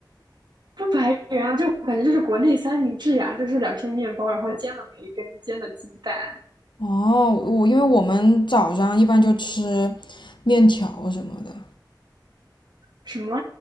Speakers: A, on the right; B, on the left.
A: 不白人啊，就感觉就是国内三明治呀、就是两片面包，然后煎了培根，煎了鸡蛋，
B: 哦，我因为我们早上一般就吃面条什么的，
A: 什么？